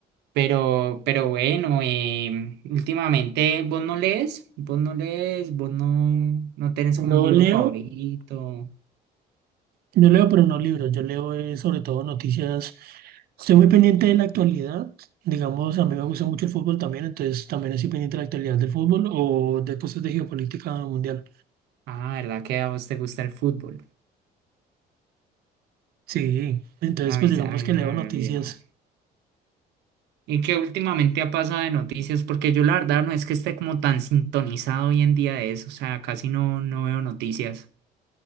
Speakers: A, on the right; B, on the right.
A: Pero, pero bueno, em, últimamente vos no lees, vos no lees, vos no, no tenés como
B: No
A: un libro
B: leo,
A: favorito.
B: no leo, pero no libros. Yo leo eh, sobre todo noticias. Estoy muy pendiente de la actualidad. Digamos, a mí me gusta mucho el fútbol también, entonces también estoy pendiente de la actualidad del fútbol o de cosas de geopolítica mundial.
A: Ah, ¿verdad que a vos te gusta el fútbol?
B: Sí, entonces
A: A
B: pues
A: mí,
B: digamos
A: se- a mí
B: que
A: se
B: leo
A: me
B: noticias,
A: olvidó. ¿Y qué últimamente ha pasado de noticias? Porque yo la verdad no es que esté como tan sintonizado hoy en día de eso, o sea, casi no, no veo noticias